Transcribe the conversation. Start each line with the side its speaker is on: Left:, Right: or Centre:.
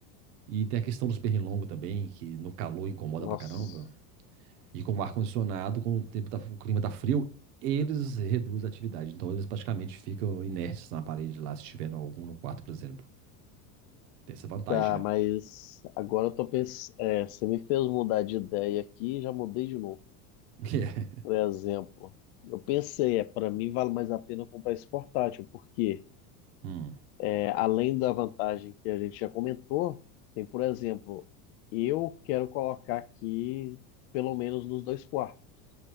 Right: e tem a questão dos pernilongos também, que no calor incomoda
Left: Nossa.
Right: pra caramba. E com o ar-condicionado, quando o tempo tá, o clima tá frio, eles reduzem a atividade. Então, eles praticamente ficam inertes na parede lá, se tiver algum no quarto, por exemplo. Tem essa vantagem,
Left: Tá,
Right: né?
Left: mas agora eu tô pensando. É, você me fez mudar de ideia aqui e já mudei de novo.
Right: <laughs> Que é.
Left: Por exemplo, eu pensei, é, para mim vale mais a pena comprar esse portátil, porque
Right: Hum,
Left: é, além da vantagem que a gente já comentou, tem, por exemplo, eu quero colocar aqui pelo menos nos dois quartos.